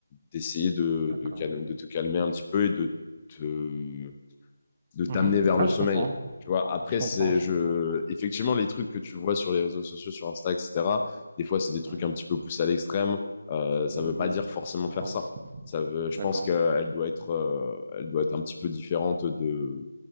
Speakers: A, on the left; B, on the right.
A: d'essayer de,
B: d'accord.
A: de, calme- de te calmer un petit peu et de te de t'amener
B: Mhm.
A: vers le
B: Ah, je
A: sommeil.
B: comprends,
A: Tu vois, après,
B: je comprends,
A: c'est
B: je
A: je
B: comprends.
A: effectivement les trucs que tu vois sur les réseaux sociaux, sur Insta, etc. Des fois, c'est des trucs
B: Ouais.
A: un petit peu poussés à l'extrême. Euh, ça
B: Euh,
A: veut pas
B: oui,
A: dire forcément
B: je
A: faire
B: pense.
A: ça. Ça veut, je
B: D'accord.
A: pense qu'elle doit être, euh, elle doit être un petit peu différente de